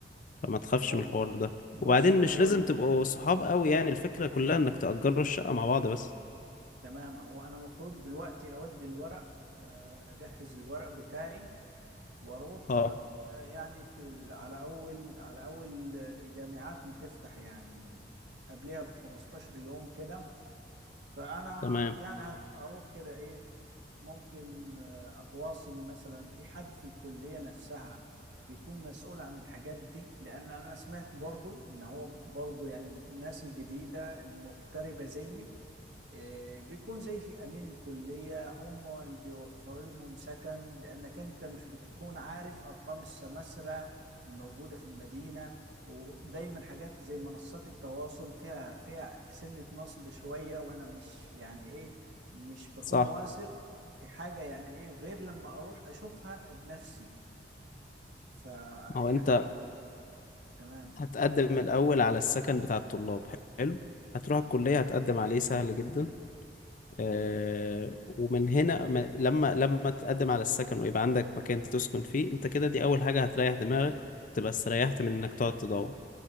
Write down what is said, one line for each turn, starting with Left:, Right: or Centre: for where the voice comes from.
Left: فما تخافش
Right: هو
Left: من الحوار
Right: ب-
Left: ده
Right: بص
Left: وبعدين
Right: هو
Left: مش لازم تبقوا صحاب قوي يعني الفكرة كلها انك تأجروا الشقة مع بعض بس
Right: تمام هو انا المفروض دلوقتي اودي الورق آه، اجهز الورق بتاعي واروح
Left: اه
Right: آه، يعني في ال- على اول على اول آه، الجامعات ما تفتح يعني قبلها ب 15 يوم كده فانا
Left: تمام
Right: يعني هت- هروح كده ايه ممكن آه، اتواصل مثلا في حد في الكلية نفسها بيكون مسؤول عن الحاجات دي لان انا سمعت برضو ان هو برضو يعني الناس الجديدة المغتربة زيي آه، بيكون زي في امين الكليه هم اللي بيوفروا لهم سكن لانك انت مش بتكون عارف ارقام السماسره الموجوده في المدينه ودايما حاجات زي منصات التواصل فيها فيها سنه نصب شويه وانا مش يعني ايه مش بكون
Left: صح
Right: واثق في حاجه يعني ايه غير لما اروح اشوفها بنفسي فيعني
Left: ما هو انت
Right: تمام
Left: هتقدم الاول على السكن بتاع الطلاب حلو هتروح الكلية
Right: تمام
Left: هتقدم عليه سهل جدا آه ومن هنا م- لما لما تقدم على السكن ويبقى عندك مكان تسكن فيه انت كده دي اول حاجة هتريح دماغك تبقى استريحت من انك تقعد تدور